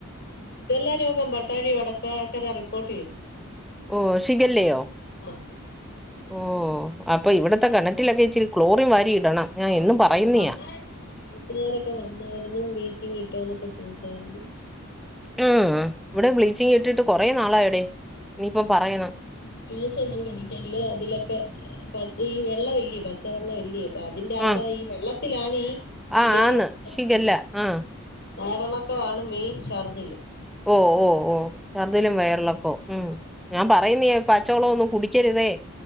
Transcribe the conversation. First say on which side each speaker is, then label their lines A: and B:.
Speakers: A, on the left (about 55°); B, in the centre.
A: ശിഗല്ല രോഗം പട്ടാഴി വടക്കാകര റിപ്പോർട്ട് ചെയ്തു
B: ഓ ശിഖല്ലയോ
A: ആഹ്
B: ഓ അപ്പൊ ഇവിടത്തെ
A: അതീ
B: കണ വീട്ടിലൊക്കെ ഇച്ചിരി ക്ലോറിൻ വാരി ഇടണം ഞാൻ
A: ആഹ്
B: എന്നും
A: അത്
B: പറയുന്നെയാ.
A: വന്നായിരുന്നു വീട്ടുകാരൊക്കെ വന്നായിരുന്നു ബീച്ചിങ് ഇട്ടോ എന്നൊക്കെ ചോയിച്ചായിരുന്നു
B: ആ ഇവിടെ ബ്ലീച്ചിങ് ഇട്ടിട്ട് കുറെ നാളായടെ ഇനിയിപ്പം പറയണം
A: <unintelligible> കുടിക്കല്ലെ അതിലൊക്കെ ഈ വെള്ളം ഇല്യോ പച്ചവെള്ളം ഇല്യോ പ്പ അതിന്റെ അകത്ത്
B: ആ
A: ഈ വെള്ളത്തിലാണ് ഈ ശിഖല്ല
B: ആ ആന്ന് ഷിഗല്ല
A: ഉം
B: ആ
A: വയറളക്കമാണ് മെയിൻ ഛർദില്
B: ഓ ഓ ഓ ചർദിലും വയറളക്കോ ഉം ഞാൻ പറയുന്നീ പച്ചോളം ഒന്നും കുടിക്കരുതേ